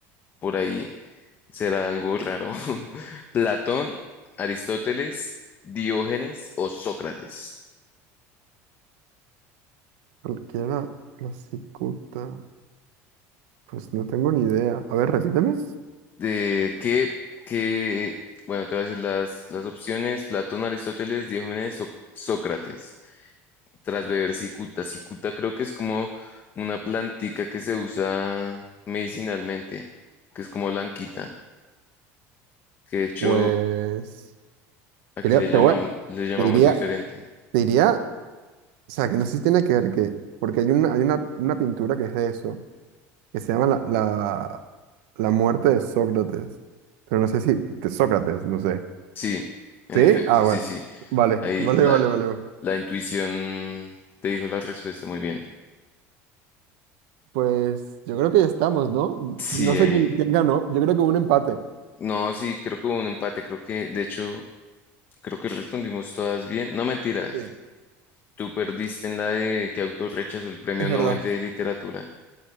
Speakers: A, on the left (about 35°); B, on the right (about 80°).
A: por ahí será algo raro. <laughs> ¿Platón, Aristóteles, Diógenes o Sócrates?
B: Cualquiera la la cicuta. Pues no tengo ni idea. A ver, repíteme.
A: De que, que, bueno, te voy a decir las, las opciones, Platón, Aristóteles, Diógenes, Soc- Sócrates. Tras beber cicuta. Cicuta creo que es como una plantica que se usa medicinalmente, que es como blanquita, que de hecho
B: Pues
A: aquí
B: creo,
A: le llamamos,
B: te voy, a-
A: le llamamos
B: te diría,
A: diferente.
B: te diría, o sea, que no sé si tiene que ver que, porque hay una, hay una, una pintura que es de eso, que se llama la, la, la muerte de Sócrates. Pero no sé si, de Sócrates, no sé.
A: Sí, en
B: ¿Sí?
A: efecto,
B: Ah, bueno.
A: sí, sí.
B: Vale,
A: Ahí
B: vale,
A: la,
B: vale, vale. vale.
A: la intuición te dijo la respuesta muy bien.
B: Pues yo creo que ya estamos, ¿no?
A: Sí,
B: No sé
A: ahí.
B: quién, quién ganó. Yo creo que hubo un empate.
A: No, sí, creo que hubo un empate, creo que de hecho Creo que respondimos todas bien. No mentiras.
B: Sí,
A: Tú perdiste en la de que autor rechazó el premio
B: es verdad,
A: Nobel de literatura. <laughs>